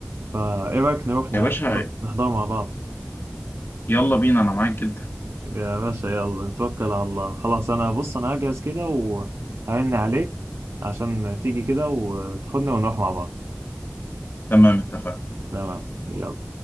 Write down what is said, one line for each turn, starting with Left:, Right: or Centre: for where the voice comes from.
Right: فايه رأيك نروح نحضر
Left: يا باشا
Right: نحضره مع بعض
Left: يلا بينا انا معاك جدا
Right: يا باشا يلا نتوكل على الله خلاص انا بص انا هجهز كده وهرن عليك عشان تيجي كده وتاخدنا ونروح مع بعض
Left: تمام اتفقنا
Right: تمام يلا